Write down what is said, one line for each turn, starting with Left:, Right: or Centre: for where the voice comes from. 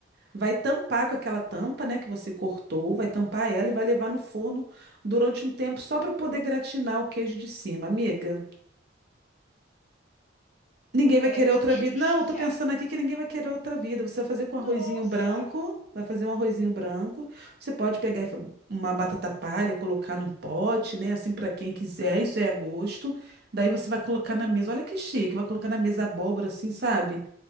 Right: Vai tampar com aquela tampa, né, que você cortou, vai tampar ela e vai levar no forno durante um tempo só para poder gratinar o queijo de cima, amiga. Ninguém
Left: Mulher,
Right: vai querer
Left: que
Right: outra
Left: delícia!
Right: vida. Não, eu tô pensando aqui que ninguém vai querer outra vida. Você vai fazer com
Left: Nossa,
Right: arrozinho branco, vai fazer um arrozinho branco. Você pode pegar e fa- uma batata palha, colocar num pote, né, assim para quem quiser, isso é a gosto. Daí você vai colocar na mesa. Olha que chique, vai colocar na mesa abóbora assim, sabe?